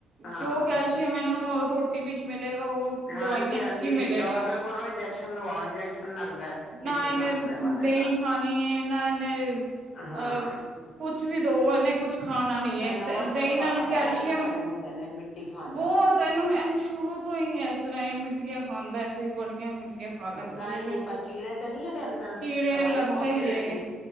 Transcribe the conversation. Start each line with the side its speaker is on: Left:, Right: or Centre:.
Left: ਹਾਂ
Right: ਜੋ ਕੈਲਸ਼ੀਅਮ ਇਹਨੂੰ ਰੋ ਰੋਟੀ ਵਿੱਚ ਮਿਲੇਗਾ ਉਹ
Left: ਹਾਂਜੀ
Right: ਦਵਾਈਆਂ
Left: ਹਾਂਜੀ
Right: ਚ ਕੀ ਮਿਲੇਗਾ
Left: ਡਾਕਟਰ ਕੋਲੋਂ ਇੰਜੈਕਸ਼ਨ ਲਵਾਓ ਇੰਜੈਕਸ਼ਨ ਲੱਗਦਾ ਮਿੱਟੀ
Right: ਨਾ ਇਹਨੇ
Left: ਖਾਣ ਦਾ ਵਾਲਿਆਂ
Right: ਦਹੀਂ
Left: ਦਾ
Right: ਖਣੀ ਨਾ ਇਹਨੇ ਅ
Left: ਹਾਂ
Right: ਕੁਛ ਵੀ ਦੋ ਇਹਨੇ ਕੁਛ ਖਾਣਾ ਨਹੀਂ
Left: ਇਹ ਨਵਾਂ
Right: ਹੈ ਦਹੀਂ
Left: ਚਸਕਾ
Right: ਨਾਲ
Left: ਪਾਇਆ
Right: ਕੈਲਸ਼ੀਅਮ
Left: ਲੱਗਦਾ ਤੁਹਾਡੇ ਮੁੰਡੇ ਨੇ ਮਿੱਟੀ ਖਾਣ
Right: ਬਹੁਤ
Left: ਦਾ
Right: ਇਹਨੂੰ ਇਹਨੂੰ ਸ਼ੁਰੂ ਤੋਂ ਹੀ ਇਸ ਤਰ੍ਹਾਂ ਹੀ ਮਿੱਟੀਆਂ ਖਾਂਦਾ ਸੀ ਬੜੀਆਂ ਖਾ ਲੈਂਦਾ
Left: ਤਾਂ
Right: ਸੀ
Left: ਹੀ
Right: ਇਹਦੇ
Left: ਨੀ
Right: ਫਿਰ
Left: ਕੀੜੇ ਤੇ ਨਹੀਂ ਇਹਦੇ ਅੰਦਰ
Right: ਕੀੜੇ
Left: ਦਵਾਈ
Right: ਲੱਗਦਾ
Left: ਖਾਓ ਕੀੜੇ
Right: ਹੀ ਏ
Left: ਦੀ